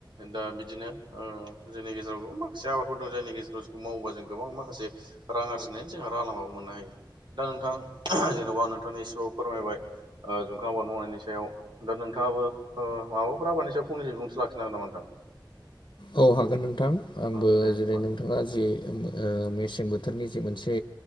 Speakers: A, on the right (about 65°); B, on the left (about 55°).
A: दा बिदिनो जोंनि गेजेरावबो मा- खायसे आबादफोर दं जायनि गेजेरजों जायखौ मावोबा जों गोबां माखासे रां आरजिनायनायनि जोंहा राहालामा मोननो हायो। दा नोंथां जेन'बा आं नोंथांनो एसेबाबो फोरमायबाय ओ जुंखाम आबाद मावनायनि सायाव दा नोंथाङाबो माबाफोर आबादनि सायाव फंनैसो बिबुंथि लाखिनो हागोन नामा नोंथां?
B: औ हागोन नोंथां आंबो
A: औ दे
B: जेरै
A: होनबा नोंथां।
B: नोंथाङा जे मेसें बोथोरनि जे मोनसे